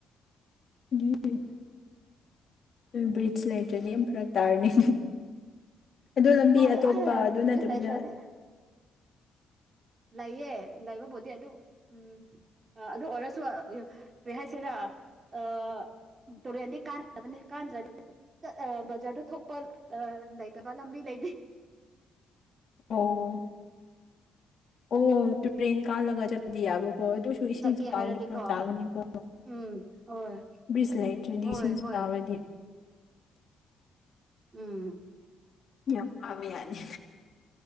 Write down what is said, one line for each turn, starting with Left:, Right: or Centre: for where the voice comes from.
Left: ꯎꯝ ꯕ꯭ꯔꯤꯖ ꯂꯩꯇ꯭ꯔꯗꯤ ꯌꯥꯝ ꯐꯔꯛ ꯇꯥꯔꯅꯤ ꯑꯗꯨ ꯂꯝꯕꯤ
Right: ꯍꯣꯏ
Left: ꯑꯇꯣꯞꯄ
Right: ꯑꯩꯅ
Left: ꯑꯗꯨ ꯅꯠꯇꯕꯤꯗ
Right: ꯕꯦꯁ ꯂꯩꯇ꯭ꯔꯗꯤ ꯂꯩꯌꯦ ꯂꯩꯕꯕꯨꯗꯤ ꯑꯗꯨ ꯎꯝ ꯑ ꯑꯗꯨ ꯑꯣꯏꯔꯁꯨ ꯀꯩ ꯍꯥꯏꯁꯦꯔꯥ ꯑ ꯇꯧꯔꯦꯟꯗꯤ ꯀꯥꯅꯗꯔ꯭ꯕꯅꯤ <unintelligible> ꯕꯖꯥꯔꯗ ꯊꯣꯛꯄ ꯑ ꯂꯩꯇꯕ ꯂꯝꯕꯤ ꯂꯩꯇꯦ
Left: ꯑꯣ ꯑꯣ ꯇꯨꯔꯦꯟ ꯀꯥꯜꯂꯒ ꯆꯠꯄꯗꯤ ꯌꯥꯕꯀꯣ ꯑꯗꯨꯁꯨ ꯏꯁꯤꯡ
Right: ꯆꯠꯀꯦ
Left: ꯆꯥꯎꯔꯗꯤ
Right: ꯍꯥꯏꯔꯗꯤꯀꯣ
Left: ꯐꯔꯛ ꯇꯥꯒꯅꯤꯀꯣ
Right: ꯎꯝ ꯍꯣꯏ
Left: ꯕꯔ꯭ꯤꯁ ꯂꯩꯇ꯭ꯔꯗꯤ
Right: ꯍꯣꯏ
Left: ꯏꯁꯤꯡꯁꯨ
Right: ꯍꯣꯏ
Left: ꯆꯥꯎꯔꯗꯤ
Right: ꯎꯝ
Left: ꯉꯥ ꯐꯥꯕ ꯌꯥꯅꯤ